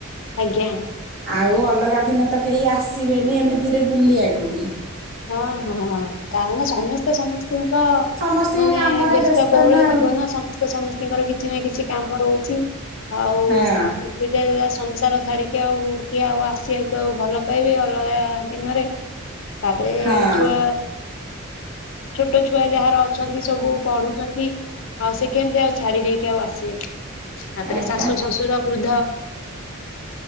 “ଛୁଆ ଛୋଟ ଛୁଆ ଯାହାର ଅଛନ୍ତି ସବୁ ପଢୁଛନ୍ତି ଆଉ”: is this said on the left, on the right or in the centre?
Left